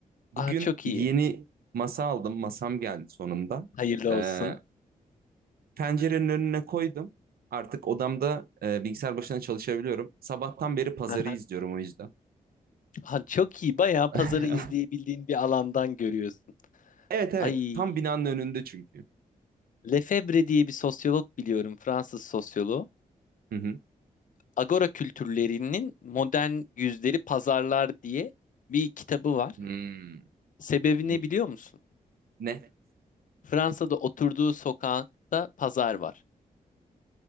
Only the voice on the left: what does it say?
Aa çok
iyi.
Hayırlı
olsun.
Hı hı.
Aha, çok iyi. Bayağı
pazarı izleyebildiğin bir alandan görüyorsun.
Ay,
Lefebvre diye bir sosyolog biliyorum, Fransız sosyoloğu.
Agora kültürlerinin modern yüzleri pazarlar diye bir kitabı var.
Sebebi
ne biliyor musun?
Fransa'da oturduğu sokakta pazar var